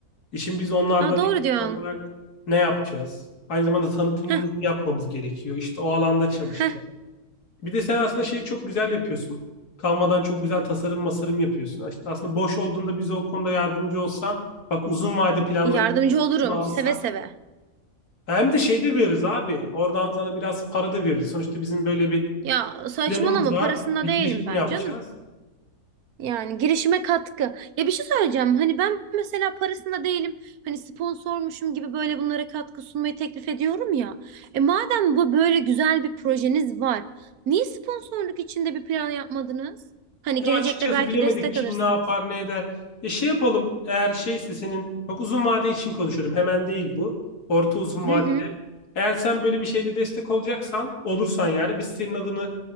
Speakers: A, on the left; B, on the right.
A: E şimdi biz onlardan
B: Aa, doğru
A: eksik
B: diyorsun.
A: olarak ne yapacağız? Aynı zamanda tanıtımımızı
B: Heh,
A: yapmamız gerekiyor. İşte o alanda çalışacağız.
B: heh.
A: Bir de sen aslında şeyi çok güzel yapıyorsun. Canva'dan çok güzel tasarım masarım yapıyorsun. İşte aslında boş olduğunda bize o konuda yardımcı olsan, bak uzun vade planlarımızı
B: Yardımcı olurum
A: alsak.
B: seve seve.
A: Hem de şey de veririz abi. Oradan sana biraz para da veririz. Sonuçta bizim böyle bir
B: Ya saçmalama
A: planımız var.
B: parasında
A: Bir
B: değilim
A: girişim
B: ben
A: yapacağız.
B: canım. Yani girişime katkı. Ya bir şey söyleyeceğim. Hani ben mesela parasında değilim. Hani sponsormuşum gibi böyle bunlara katkı sunmayı teklif ediyorum ya. E madem bu böyle güzel bir projeniz var. Niye sponsorluk içinde bir plan yapmadınız? Hani
A: Ya
B: gelecekte
A: açıkçası
B: belki
A: bilemedik
B: destek
A: kim
B: alırsınız.
A: ne yapar ne eder. E şey yapalım eğer şeyse senin çok uzun vade için konuşuyorum hemen değil bu. Orta uzun
B: Hı
A: vadede.
B: hı.
A: Eğer sen böyle bir şeyde destek olacaksan olursan yani biz senin adını